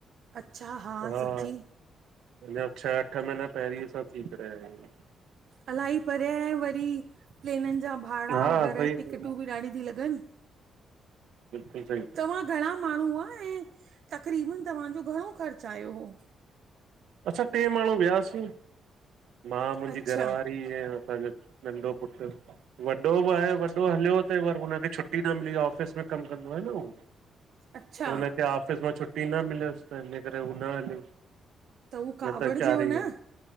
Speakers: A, on the right; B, on the right.
A: अच्छा
B: हा।
A: सच्ची
B: अंञा छह अठ महीना पहिरीं असां थी करे आया आहियूं।
A: अलाही परे ऐं वरी प्लेननि जा भा भाड़ा
B: हा
A: वग़ैरह
B: सही हूं
A: टिकटूं बि ॾाढी थी लॻनि
B: बिल्कुलु सही
A: तव्हां घणा माणू हूआ ऐं तक़रीबन तव्हांजो घणो ख़र्च आयो हो?
B: असां ट्रे माण्हू वियासीं मां मुंहिंजी
A: अच्छा
B: घरवारी जय असांजो नंढो पुट्र। वॾो बि आहे वॾो हलियो हुते पर हुनखे छुटी न मिली, ऑफ़िस में कम कंदो आहे न उहो।
A: अच्छा
B: त हुनखे ऑफिस मां छुट्टी न मिलियसि त हिन करे उहो न हलियो।
A: हू कावड़जियो
B: न त चारइ
A: न
B: हलू